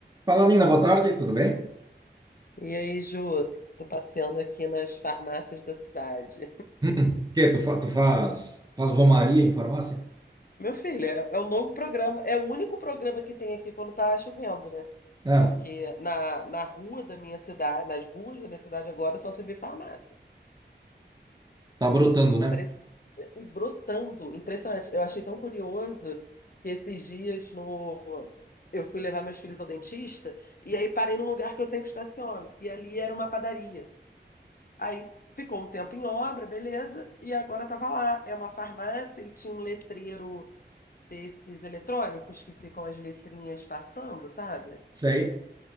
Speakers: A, on the right; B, on the left.
A: Fala, Nina, boa tarde, tudo bem?
B: E aí, Ju, tô passeando aqui nas farmácias da cidade.
A: Hum, que tu, fa- tu faz, faz romaria em farmácia?
B: Meu filho, é, é o novo programa, é o único programa que tem aqui quando tá chovendo, né?
A: Ah,
B: Porque na, na rua da minha cidade, nas ruas da minha cidade agora só se vê farmácia.
A: Tá brotando, né?
B: Impress- E brotando, impressionante. Eu achei tão curioso que esses dias no... eu fui levar meus filhos ao dentista e aí parei num lugar que eu sempre estaciono. E ali era uma padaria. Aí ficou um tempo em obra, beleza, e agora tava lá. É uma farmácia e tinha um letreiro desses eletrônicos que ficam as letrinhas passando, sabe?
A: sei.